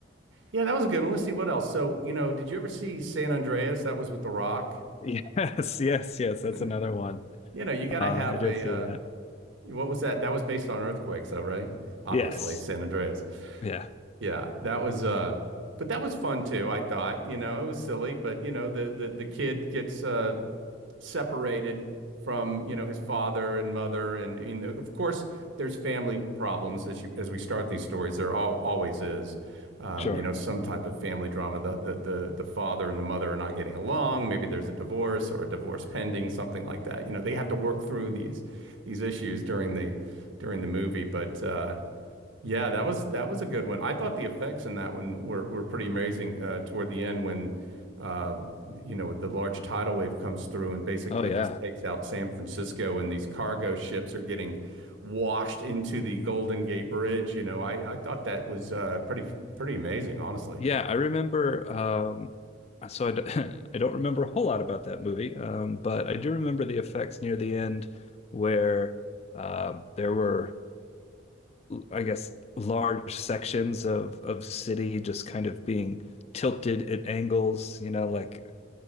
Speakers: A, on the right; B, on the left.
A: yeah, that was a good one. Let's see what else. So, you know, did you ever see San Andreas? That was with The Rock.
B: <laughs> Yes, yes, yes, that's
A: And
B: another one.
A: you know, you got to
B: Uh,
A: have
B: I did
A: a
B: see
A: uh,
B: that.
A: what was that? That was based on earthquakes, though, right? Obviously,
B: Yes.
A: San Andreas.
B: Yeah,
A: Yeah, that was uh but that was fun too, I thought. You know, it was silly, but you know, the the the kid gets uh separated from, you know, his father and mother and you know, of course there's family problems as you as we start these stories. There all, always is. Um,
B: sure.
A: you know, some type of family drama. The, the the the father and the mother are not getting along. Maybe there's a divorce or a divorce pending, something like that. You know, they have to work through these these issues during the during the movie, but uh yeah, that was that was a good one. I thought the effects in that one were were pretty amazing uh, toward the end when uh, you know the large tidal wave comes through and basically
B: Oh yeah.
A: just takes out San Francisco and these cargo ships are getting washed into the Golden Gate Bridge. You know, I I thought that was uh, pretty pretty amazing, honestly.
B: Yeah, I remember. Um, so I, d <laughs> I don't remember a whole lot about that movie, um, but I do remember the effects near the end where uh, there were, I guess, large sections of of city just kind of being tilted at angles. You know, like